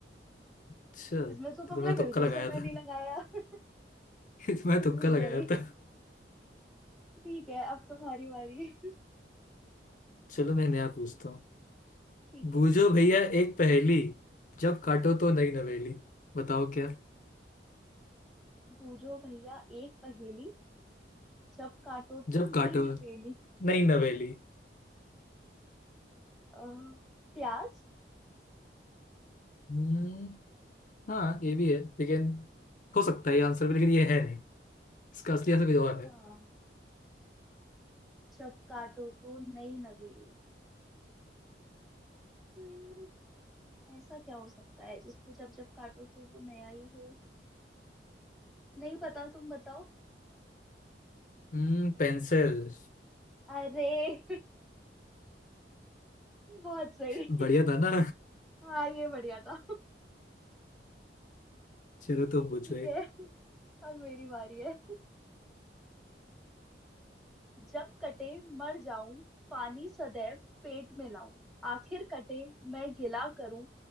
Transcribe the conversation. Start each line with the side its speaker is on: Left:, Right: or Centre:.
Left: अच्छा तो
Centre: इसमें तो तुमने
Left: तुम्हें
Centre: बिल्कुल
Left: तुक्का लगाया
Centre: समय
Left: था
Centre: नहीं लगाया <laughs>
Left: <laughs> तुम्हें
Centre: बिल्कुल
Left: तुक्का लगाया
Centre: सही
Left: था
Centre: ठीक है अब तुम्हारी बारी <laughs>
Left: चलो मैं नया पूछता हूँ
Centre: ठीक
Left: बूझो
Centre: है
Left: भैया एक पहेली जब काटो तो नई नवेली बताओ क्या
Centre: बूझो भैया एक पहेली जब काटो तो
Left: जब
Centre: नई
Left: काटो
Centre: नवेली
Left: नई नवेली
Centre: अ, प्याज
Left: हम्म हाँ ये भी है लेकिन हो सकता है ये आंसर भी लेकिन ये है नहीं इसका असली आंसर कुछ और है
Centre: हाँ जब काटो तो नई नवेली हम्म ऐसा क्या हो सकता है जिसको जब जब काटो तो वो नया ही हो नहीं पता तुम बताओ
Left: हम्म पेंसिल
Centre: अरे <laughs> बहुत सही
Left: बढ़िया था ना
Centre: हाँ ये बढ़िया था
Left: चलो तो पूछो
Centre: ठीक
Left: एक
Centre: है अब मेरी बारी है जब कटे मर जाऊं पानी सदैव पेट में लाऊं आखिर कटे मैं गिला करूं